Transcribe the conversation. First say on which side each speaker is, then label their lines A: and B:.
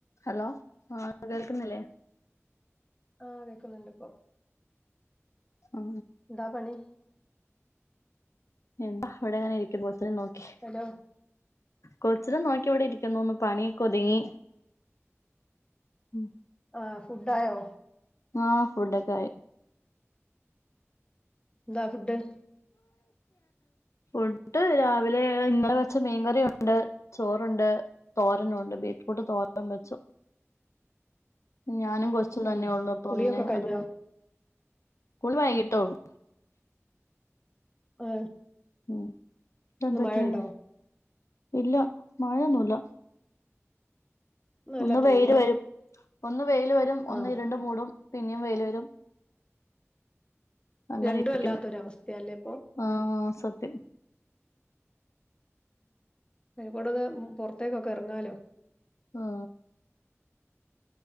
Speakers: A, on the left (about 75°); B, on the left (about 20°).
A: Hello ആ കേൾക്കുന്നില്ലേ.
B: ആഹ് കേക്കുന്നുണ്ട് ഇപ്പൊ.
A: ആ
B: എന്താ പണി.
A: എന്താ അവിടെ ഇങ്ങനെ ഇരിക്ക-കൊച്ച നോക്കി
B: ഹലോ
A: കൊച്ചിന നോക്കി. ഇടെ ഇരിക്കുന്നുന്ന് പണിയൊക്കെ ഒതുങ്ങി ഉം.
B: ആ ഫുഡായോ.
A: ആഫുഡൊക്കെയി.
B: എന്താ ഫുഡ്.
A: ഫുഡ് രാവിലെ ഇന്നലെ വെച്ച മീൻകറിയുണ്ട് ചോറുണ്ട് തോരനുണ്ട് ബീ ട്ട് തോരനും വെച്ചു. ഞാനും കൊച്ച്
B: ആ
A: തന്നെ ഉള്ളു അപ്പ
B: കുളിയൊക്കെ
A: പിന്നെ
B: കഴിഞ്ഞോ
A: അത് മതി ഊൾ വൈകിട്ടേ ഉള്ളൂ.
B: ആ
A: ഉം ഇതെന്ത്
B: ഇന്ന്
A: പറ്റിയേ
B: മഴണ്ടോ.
A: ഇല്ല മഴൊന്നുല്ല.
B: നല്ല
A: ഒന്ന് വെയില്
B: തെളിഞ്ഞ
A: വരും ഒന്ന് വെയില് വരും
B: ആ
A: ഒന്ന് ഇരുണ്ട്‌ മൂടും. പിന്നെയും വെയ്ലരും. അങ്ങനെ
B: രണ്ടും
A: ഇരിക്കുന്നു
B: അല്ലാത്തൊരവസ്ഥയല്ലേ ഇപ്പൊ
A: ആ സത്യം.
B: അയ്നെകൊടൊക്കെ പുറത്തേക്കൊക്കെറങ്ങാലോ.
A: ആ.